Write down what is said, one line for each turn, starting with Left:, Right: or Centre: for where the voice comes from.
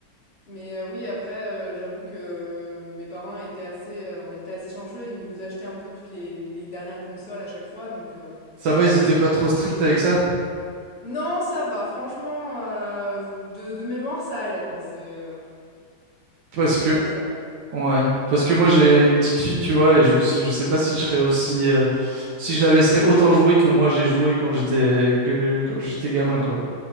Left: mais heu, oui après, heu, j'avoue que mes parents étaient assez, heu, on était assez chanceux, ils ils nous achetaient un peu toutes les les dernières consoles à chaque fois donc heu,
Right: Ça va, ils étaient
Left: c'était
Right: pas
Left: plutôt
Right: trop stricts
Left: cool.
Right: avec ça?
Left: Non, ça va, franchement, heu, de de mémoire, ça allait quoi, c'est, heu,
Right: Parce
Left: c'est
Right: que,
Left: non, ça va, c'était euh.
Right: ouais, parce que moi j'ai une petite fille, tu vois, et je, je sais pas si je serais aussi, euh, si je la laisserais autant jouer que moi j'ai joué quand j'étais, que, quand j'étais gamin, quoi.